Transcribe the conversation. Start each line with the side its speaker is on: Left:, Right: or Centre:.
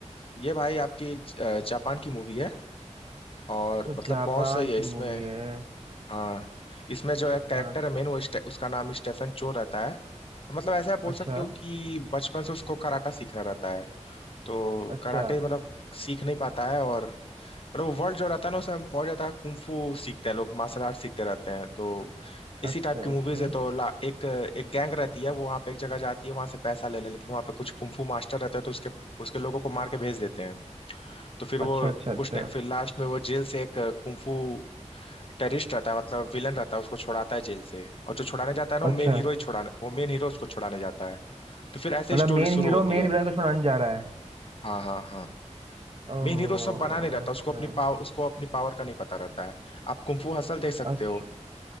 Left: ये भाई आपकी ज- अ, जापान की मूवी है और
Right: तो
Left: मतलब
Right: जापान
Left: बहुत सही है
Right: की
Left: इसमें
Right: मूवी है
Left: हाँ इसमें जो है कैरेक्टर
Right: हाँ
Left: है मेन वो स्टे- उसका नाम स्टेफन चो रहता है मतलब ऐसा बोल
Right: अच्छा
Left: सकते हो कि बचपन से उसको कराटा सीखना रहता है तो
Right: अच्छा
Left: कराटे मतलब सीख नहीं पाता है और मतलब वो वर्ल्ड जो रहता है ना उसमें बहुत ज्यादा कुंफू सीखते हैं लोग मार्शल आर्ट सीखते रहते हैं तो इसी
Right: अच्छा
Left: टाइप की मूवीज
Right: अच्छा
Left: है तो ला, एक एक गैंग रहती है वो वहां पे एक जगह जाती है वहां से पैसा ले ले लेकिन वहां पे कुछ कुंफू मास्टर रहते हैं तो उसके उसके लोगों को मार के भेज देते हैं तो फिर वो
Right: अच्छा अच्छा अच्छा
Left: कुछ ने, फिर लास्ट में वो जेल से एक कुंफू टेररिस्ट रहता है मतलब विलन रहता है उसको छुड़ाता है जेल से और जो छुड़ाने जाता है ना वो
Right: अच्छा
Left: मेन हीरो ही छुड़ाने वो मेन हीरो उसको छुड़ाने जाता है तो फिर ऐसे
Right: मतलब
Left: ही स्टोरी
Right: मेन
Left: शुरू
Right: हीरो
Left: होती
Right: मेन
Left: है
Right: विलन को छुड़ाने जा रहा है
Left: हाँ हाँ हाँ
Right: ओ
Left: मेन हीरो सब
Right: अच्छा
Left: बना नहीं रहता उसको अपनी पावर उसको अपनी पावर का नहीं पता रहता है आप कुंफू हसल देख सकते
Right: अच्छा
Left: हो